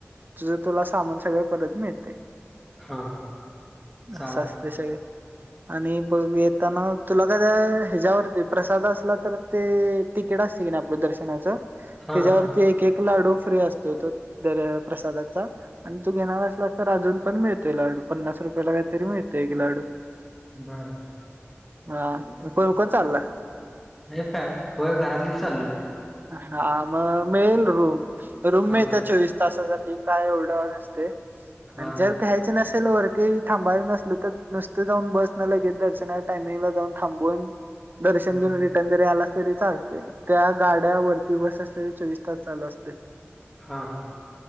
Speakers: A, on the right; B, in the centre.
A: तुझं तुला सामान सगळं परत मिळते.
B: हा चालतंय
A: असं असते सगळे आणि बघ येताना तुला काय ह्याच्यावरती प्रसाद असला तर ते तिकीट असते की नाही आपलं दर्श- दर्शनाच
B: हा
A: त्याच्यावरती एक एक लाडू फ्री असतो तो दर प्रसादाचा आणि तू घेणार असलासं तर अजून पण मिळतोय लाडू. पन्नास रुपये ला काय तरी मिळतोय एक लाडू.
B: बरं बरं
A: हा को कोण कोण चालायं.
B: अ फॅम होय घरातलीच चालोयं आहे.
A: हा मगं मिळेल रूम रूम
B: हा
A: मिळत्या चोवीस तासासाठी ते काय एवढं नसते
B: हा
A: आणि जर
B: हा
A: घ्यायचं नस- ल वरती थांबायला नसल तर नुसत जाऊन बसं. लगेच दर्शना टामिंगला जाऊन थांबून दर्शन
B: होय
A: घेऊन रिटर्न जरी आला तरी चालते त्या गाड्यावरती बस असलेली चोवीस तास चालू असते.
B: हा हा